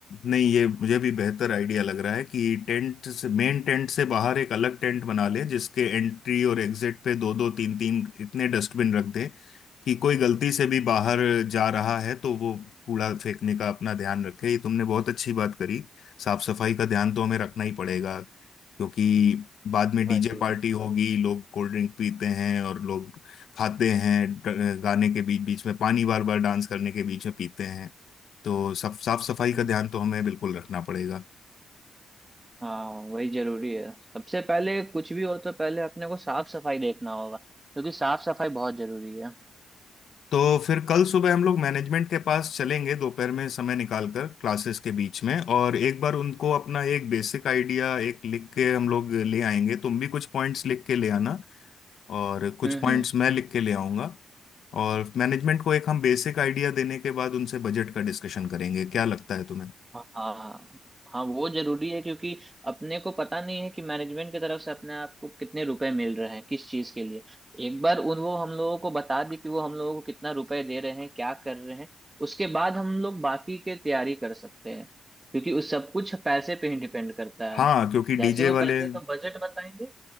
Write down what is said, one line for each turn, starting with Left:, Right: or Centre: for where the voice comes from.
Left: नहीं ये मुझे भी बेहतर आइडिया लग रहा है कि टेंट से मेन टेंट से बाहर एक अलग टेंट बना लें जिसके एंट्री और एग्जिट पे दो दो तीन तीन इतने डस्टबिन रख दें कि कोई गलती से भी बाहर जा रहा है तो वो कूड़ा फेंकने का अपना ध्यान रखे ये तुमने बहुत अच्छी बात करी साफ सफाई का ध्यान तो हमें रखना ही पड़ेगा क्योंकि बाद में डीजे
Right: वही
Left: पार्टी होगी लोग कोल्ड ड्रिंक पीते हैं और लोग खाते हैं ड- गाने के बीच बीच में पानी बार बार डांस करने के बीच में पीते हैं तो सब साफ सफाई का
Right: हम्म,
Left: ध्यान तो हमें बिल्कुल रखना पड़ेगा
Right: हाँ वही जरूरी है सबसे पहले कुछ भी हो तो पहले अपने को साफ सफाई देखना होगा क्योंकि साफ सफाई बहुत जरूरी है
Left: तो फिर कल सुबह हम लोग मैनेजमेंट के पास चलेंगे दोपहर में समय निकाल कर क्लासेस के बीच में और एक बार उनको अपना एक बेसिक आइडिया एक लिख के हम लोग ले आएंगे तुम भी कुछ पॉइंट्स लिख के ले आना और
Right: हम्म
Left: कुछ पॉइंट्स मैं लिख के ले आऊंगा और मैनेजमेंट को एक हम बेसिक आइडिया देने के बाद उनसे बजट का डिस्कशन करेंगे क्या लगता है तुम्हें
Right: हाँ हाँ हाँ वो जरूरी है क्योंकि अपने को पता नहीं है कि मैनेजमेंट की तरफ से अपने आप को कितने रुपए मिल रहे हैं किस चीज के लिए एक बार उन वो हम लोगों को बता दी कि वो हम लोगों को कितना रुपए दे रहे हैं क्या कर रहे हैं उसके बाद हम लोग बाकी के तैयारी कर सकते हैं क्योंकि उस सब कुछ पैसे पे ही डिपेंड करता
Left: हाँ
Right: है
Left: क्योंकि
Right: जैसे
Left: डीजे
Right: वो
Left: वाले
Right: पैसे का बजट बताएंगे